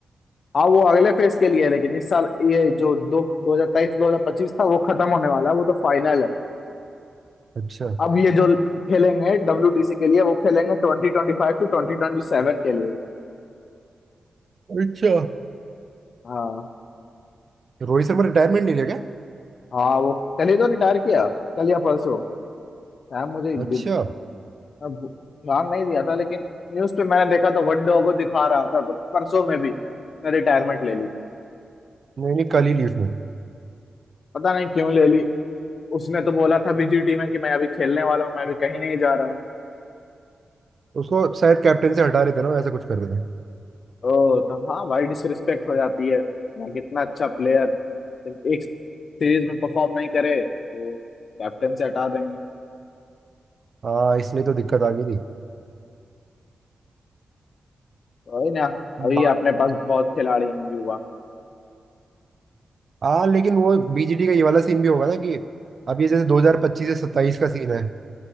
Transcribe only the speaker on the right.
अच्छा
अच्छा
रोहित शर्मा रिटायरमेंट ले लिया क्या
अच्छा
नहीं नहीं कल ही ली उसने
उसको शायद कैप्टन से हटा रहे थे ना ऐसा कुछ कर रहे थे
हाँ इसलिए तो दिक्कत आ गई
थी
हाँ लेकिन वो बीजीडी का ये वाला सीन भी होगा ना कि अब ये जैसे 2025 से 27 का सीन है